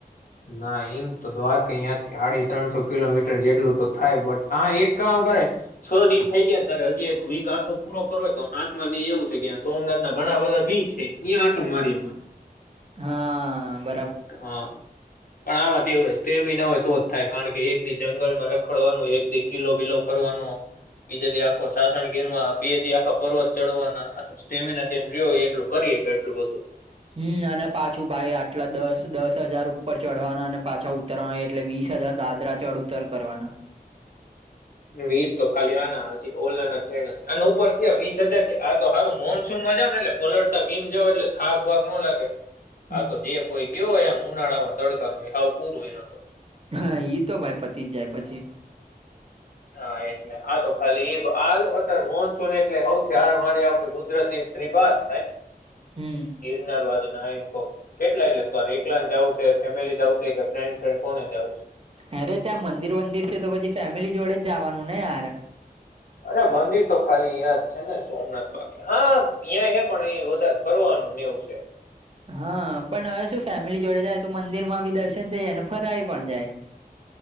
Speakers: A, on the left; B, on the right.
A: ના એમ તો દ્વારકા અયાંથી આડી ત્રણસો કિલોમીટર જેટલું તો થાય બટ હા એક કામ કરે છ દિવસ થઈ ગયા ને ત્યારે હજી એક વીક આખો પૂરો કરો તો હાથમાંથી એવું છે કે સોમનાથના ઘણા બધા બી છે આટો મારીવા
B: હા બ
A: હ પણ આવા તેવ તેમી ના હોય તો જ થાય કારણ કે એક દી જંગલમાં રખડવાનું એક દી કિલો બિલો ફરવાનો બીજા દી આખો સાસણ ઘેરમાં બે આખા પર્વત ચડવાના આ તો સ્ટેમિના જેમ હોય એટલો કરીએ કે એટલું બધું
B: હમ અને પાછું ભાઈ આટલા દસ દસ હજાર ઉપર ચઢવાના અને પાછા ઉતરવાના એટલે વીસ હજાર દાત દ્રા ચડ ઉતર કરવાના
A: વીસ તો ખાલી આ ના હજી ઓલા ના ક નથી અને ઉપર ક વીસ હજાર આ તો સારું મોનસૂન માં જાવ ને એટલે બોડતા ગીમ જાવ એટલે થાક ભાાગ ન લાગે
B: હ <inaudible>
A: આા તો જે કોઈ ગયો હોય એમ ઉનાળામાં તડકા ન ભાવ પૂરું એનો તો
B: હા ઈ તો ભાઈ પતિ જ જાય પછી
A: હા એટલે આ તો ખાલી આ અત્યારે મોનસૂન એટલેથીરી આપ ગુજરાત ની તિપાત થાય
B: હમ
A: ગિરનાર બાજુ ના કેટલા એટલે ત એકલા જાવશે ફેમિલી જાવશે કે ફ્રેન્ડ ફ્રેડ કોને જાવશે
B: અરે ત્યાં મંદિર વંદિર છે તો પછી ફેમિલી જોડે જ જવાનું ને યાર
A: અરે મંદિર તો ખાલી હીં જ છે ને સોમનાથ બાકી હા અ્યાં હે પણ અ વધારે ફરવાનું નેવું છે
B: હા પણ હવે શું ફેમિલી જોડે જાય તો મંદિર માં બી દર્શન થઈ જાય ફરાય પણ જાય